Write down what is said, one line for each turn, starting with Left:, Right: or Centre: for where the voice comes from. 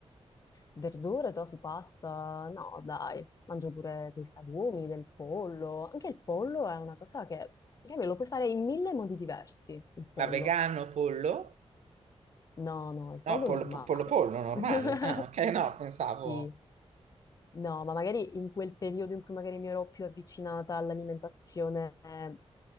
Left: verdure, tofu, pasta? No, dai, mangio pure dei salumi, del pollo. Anche il pollo è una cosa che, che me lo puoi fare in mille modi diversi, il pollo.
Right: Ma vegano, pollo?
Left: No, no, il pollo
Right: No, pollo,
Left: normale.
Right: po- pollo, pollo, normale.
Left: <laughs>
Right: Ah, ok, no, pensavo.
Left: Sì. No, ma magari in quel periodo in cui magari mi ero più avvicinata all'alimentazione eh,